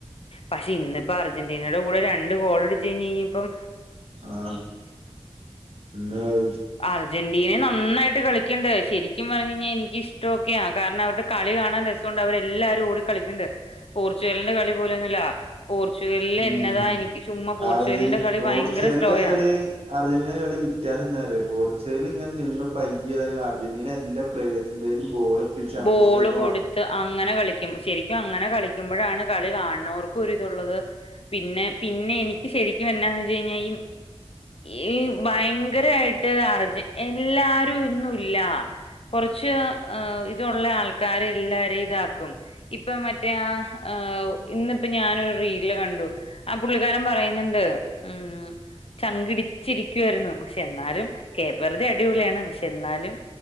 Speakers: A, on the left (about 65°); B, on the right (about 65°).
A: പക്ഷെ ഇന്നിപ്പോ അർജന്റീനയുടെ കൂടെ രണ്ട് ഗോൾ അടിച്ചു കഴിഞ്ഞ് ഇപ്പം
B: ആ ന്നാൽ
A: അർജന്റീനെ നന്നായിട്ട് കളിക്കണ്ട് ശരിക്കും പറഞ്ഞു കഴിഞ്ഞാൽ എനിക്ക് ഇഷ്ടമൊക്കെയാ കാരണം അവരുടെ കളി കാണാൻ രസമുണ്ട് അവരെ എല്ലാരും ഓടി കളിക്കണ്ട് പോർച്ചുഗലിന്റെ കളി പോലൊന്നുമല്ല പോർച്ചുഗലിൽ
B: ഉം
A: എന്നതാ എനിക്ക് ചുമ്മാ പോർച്ചുഗലിന്റെ
B: അർജൻ
A: കളി
B: പോർച്ചുഗലിന്റെ
A: ഭയങ്കര സ്ലോയ
B: കളി അർജന്റീന കളി വിത്യാസംന്നാ അറിയോ പോർച്ചുഗൽ ഇങ്ങനെ നിന്ന് പയ്യാതായി അർജന്റീന എല്ല പ്ലേ്സിന്റെയും ബോൾ എത്തിച്ച് അങ്ങോട്ടും
A: ബോള്
B: ഇങ്ങോട്ടും
A: കൊടുത്തി
B: വ
A: അങ്ങനെ കളിക്കും ശരിക്കും അങ്ങനെ കളിക്കുമ്പോഴാണ് കളി കാണുന്നോർക്കും ഒരിതുള്ളത് പിന്നെ പിന്നെ എനിക്ക് ശരിക്കും എന്നാ വെച്ചു കഴിഞ്ഞാ ഈ ഈ ഭയങ്കരായിട്ട് അർജുൻഎല്ലാരും ഒന്നും ഇല്ല കുറച്ച് ഏഹ് ഇതുള്ള ആൾക്കാര് എല്ലാരേം ഇതാക്കും ഇപ്പൊ മറ്റേ ആ ഇന്നിപ്പോ ഞാനൊരു റീലിൽ കണ്ടു ആഹ പുള്ളിക്കാരൻ പറയുന്നുണ്ട് ഉം ചങ്കിടിച്ചിരിക്കുവായിരുന്നു പക്ഷെ എന്നാലും കേപ്പറുത അടിപൊളിയാണ് പക്ഷെ ന്നാലും